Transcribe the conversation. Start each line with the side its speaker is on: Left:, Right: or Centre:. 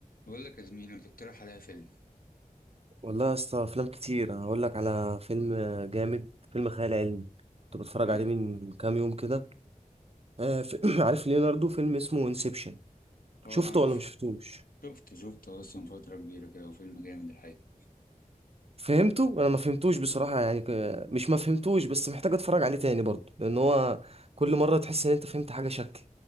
Left: بقول لك يا زميلي ما تقترح عليا فيلم
Right: والله يا اسطى افلام كتير انا هقول لك على فيلم جامد فيلم خيال علمي كنت بتفرج
Left: ايه
Right: عليه من كام يوم كده آه في... <clears throat> عارف ليوناردو فيلم اسمه انسبشن
Left: اه
Right: شفته
Left: عارف
Right: ولا مش شفتوش
Left: شفت شفت اصلا فترة كبيرة كده وفيلم جامد الحقيقة
Right: فهمته انا ما فهمتوش بصراحة يعني ك... مش ما فهمتوش بس محتاج اتفرج عليه تاني برضه لان هو كل مرة تحس ان انت فهمت حاجة شكل